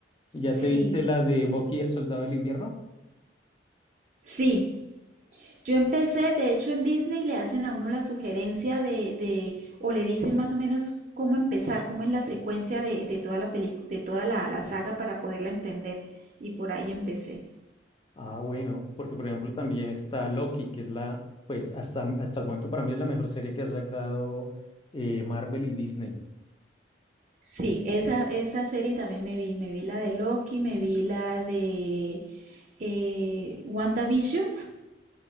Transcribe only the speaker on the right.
Sí,
sí, Yo empecé, de hecho en Disney le hacen a uno la sugerencia de, de o le dicen más o menos cómo empezar, cómo es la secuencia de, de toda, la, pelic- de toda la, la saga para poderla entender. Y por ahí empecé.
Sí, esa, esa serie también me vi. Me vi la de Loki, me vi la de eh, WandaVisions,